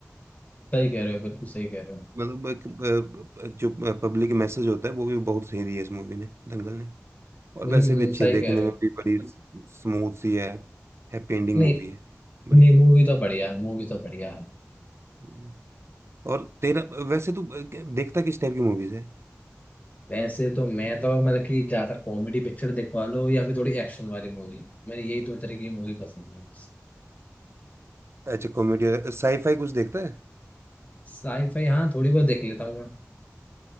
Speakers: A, on the left; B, on the right.
A: सही कह रहे हो बिल्कुल सही कह रहे हो
B: मतलब एक, अ, जो पब्लिक मैसेज होता है वो भी बहुत सही दिया है इस मूवी ने दंगल ने और
A: हम्म
B: वैसे
A: हम्म
B: भी अच्छी
A: सही
B: है देखने
A: कह रहे
B: में
A: हो
B: भी बड़ी स्मूथ सी है हैप्पी एंडिंग
A: नहीं
B: मूवी है बड़ी
A: नहीं मूवी तो बढ़िया है मूवी तो बढ़िया है
B: हम्म। और तेरा वैसे तू अ, क्या- देखता किस टाइप की मूवीज है
A: वैसे तो मैं तो मतलब कि ज्यादातर कॉमेडी पिक्चर दिखवा लो या फिर थोड़ी एक्शन वाली मूवी मेरी यही दो तरीके की मूवी पसंद है
B: अच्छा कॉमेडी साईफाई कुछ देखता है
A: साईफाई हाँ थोड़ी बहुत देख लेता हूँ मैं